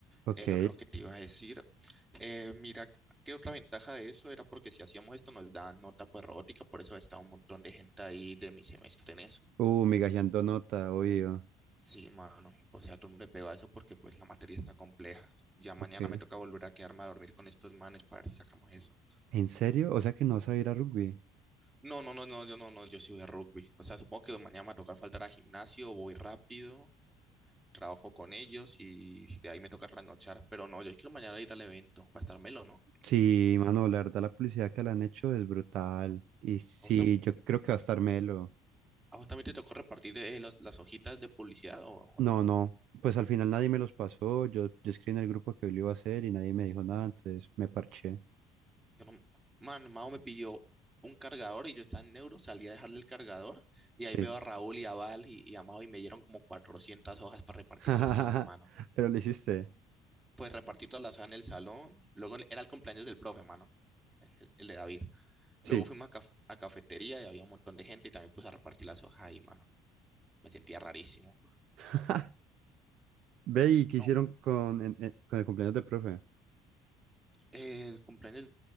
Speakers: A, on the right (about 70°); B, on the right (about 20°).
A: Ok.
B: El otro que te iba a decir, eh, mira, qué otra ventaja de eso era porque si hacíamos esto nos daban nota por robótica, por eso estaba un montón de gente ahí de mi semestre en eso.
A: Uh, migajeando nota, obvio.
B: Sí, mano. O sea, todo el mundo le pegó a eso porque pues la materia está compleja. Ya mañana
A: Ok.
B: me toca volver a quedarme a dormir con estos manes para ver si sacamos eso.
A: ¿En serio? O sea que no vas a ir a rugby.
B: No, no, no, no, yo no, no, yo sí voy a rugby. O sea, supongo que mañana me va a tocar faltar a gimnasio, voy rápido, trabajo con ellos y de ahí me toca trasnochar. Pero no, yo quiero mañana ir al evento, va a estar melo, ¿no?
A: Sí, mano, la verdad la publicidad que le han hecho es brutal. Y sí,
B: ¿A vos, tam-
A: yo creo que va a estar melo.
B: a vos también te tocó repartir eh, los- las hojitas de publicidad o, o
A: No,
B: no?
A: no, pues al final nadie me los pasó. Yo, yo escribí en el grupo que hoy lo iba a hacer y nadie me dijo nada, entonces me parché.
B: Yo no, man, Mao me pidió un cargador y yo estaba en Neuro, salí a dejarle el cargador y
A: Sí.
B: ahí veo a Raúl y a Val y, y a Mao y me dieron como 400 hojas para repartir
A: <laughs>
B: en el salón, mano.
A: Pero lo hiciste.
B: Pues repartí todas las hojas en el salón, luego era el cumpleaños del profe, mano, el, el de David.
A: Sí.
B: Luego fuimos a, caf- a cafetería y había un montón de gente y también puse a repartir las hojas ahí, mano. Me sentía rarísimo.
A: <laughs> Ve y qué hicieron
B: No,
A: con, en- en- con el cumpleaños del profe.
B: eh, el cumpleaños